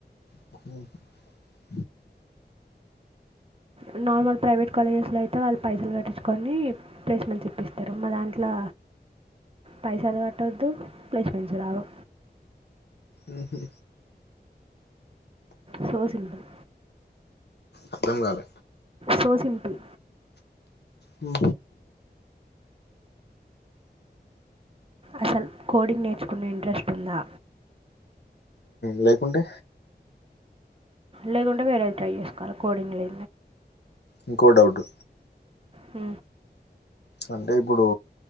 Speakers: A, on the left (about 75°); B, on the right (about 35°).
A: అ
B: అ నార్మల్ ప్రైవేట్ కాలేజెస్ లో అయితే వాళ్ళు పైసలు పెట్టించుకొని ప్లేస్మెంట్ చెప్పిస్తారు మ మా దానికి అట్లా పైసలు కట్టవద్దు ప్లేస్మెస్ రావు
A: ఉ
B: సో సింపుల్
A: అర్థం కాల
B: సో సింపుల్
A: ఉ
B: అసలు కోడింగ్ నేర్చుకున్న ఇంట్రెస్ట్ ఉందా
A: లేకుంటే
B: లేకుండే వేర ఏది ట్రై చేసుకోవాలి కోడింగ్ంది
A: ఇంకో డౌట్
B: హ
A: అంటే ఇప్పుడు